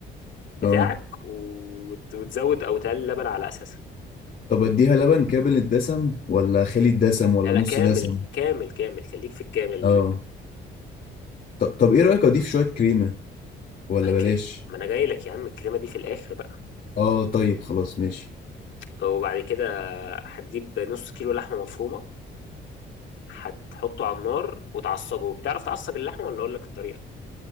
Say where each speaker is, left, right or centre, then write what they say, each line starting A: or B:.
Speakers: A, on the left; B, on the left.
A: بتاعك
B: اه
A: وت- وتزود او تقلل لبن على اساسها
B: طب اديها لبن كامل الدسم ولا خالي الدسم ولا
A: لا لا
B: نص
A: كامل
B: دسم
A: كامل كامل خليك في الكامل
B: اه ط- طب ايه رأيك اضيف شوية كريمة ولا
A: ما هك-
B: بلاش
A: ما انا جاي لك يا عم الكريمة دي في الاخر بقى
B: اه طيب خلاص ماشي
A: وبعد كده هتجيب نص كيلو لحمه مفرومه هتحطه على النار وتعصجه بتعرف تعصج اللحمه ولا اقول لك الطريقه